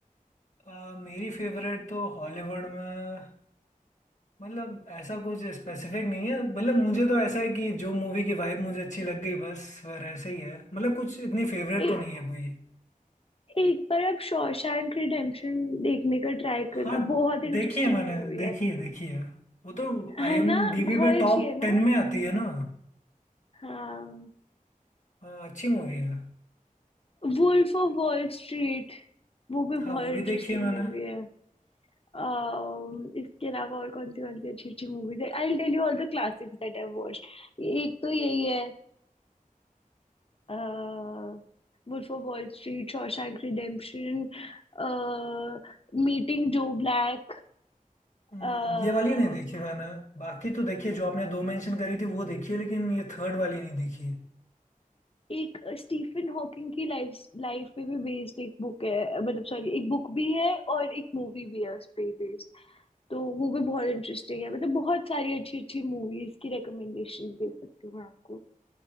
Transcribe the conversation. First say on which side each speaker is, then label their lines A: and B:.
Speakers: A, on the left (about 55°); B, on the left (about 40°).
A: अ, मेरी फेवरेट तो हॉलीवुड में मतलब ऐसा कुछ स्पेसिफिक नहीं है मतलब मुझे तो ऐसा है कि जो मूवी की वाइब मुझे अच्छी लग गई बस वह ऐसे ही है मतलब कुछ इतनी फेवरेट
B: ए,
A: तो नहीं है कोई
B: एक बार आप शॉशैंक रिडेम्पशन देखने का ट्राई करना
A: हाँ
B: बहुत इंटरेस्टिंग
A: देखी है मैंने
B: मूवी
A: देखी
B: है
A: है देखी है वो तो
B: है
A: आईएमडीबी
B: ना बहुत
A: पे टॉप
B: अच्छी है ना
A: टेन में आती है ना
B: हाँ
A: अ, अच्छी मूवी है
B: वुल्फ ऑफ वॉल स्ट्रीट वो भी
A: हाँ
B: बहुत
A: वो भी
B: इंटरेस्टिंग
A: देखी है मैंने
B: मूवी है अम, इसके अलावा और कौन सी कौन सी अच्छी अच्छी मूवीज है I tell you all the classics that I watched एक तो यही है uh, Wolf of Wall Street, Shawshank Redemption, uh, Meeting Joe Black,
A: हम्म,
B: uh,
A: ये वाली नहीं देखी मैंने बाकी तो देखी है जो आपने दो मेंशन करी थी वो देखी है लेकिन ये थर्ड वाली नहीं देखी
B: एक स्टीफन हॉकिंग की लाइफ लाइफ पे भी बेस्ड एक बुक है मतलब सॉरी एक बुक भी है और एक मूवी भी है उस पे बेस्ड तो वो भी बहुत इंटरेस्टिंग है मतलब बहुत सारी अच्छी अच्छी मूवीज की रिकमेंडेशन दे सकती हूँ मैं आपको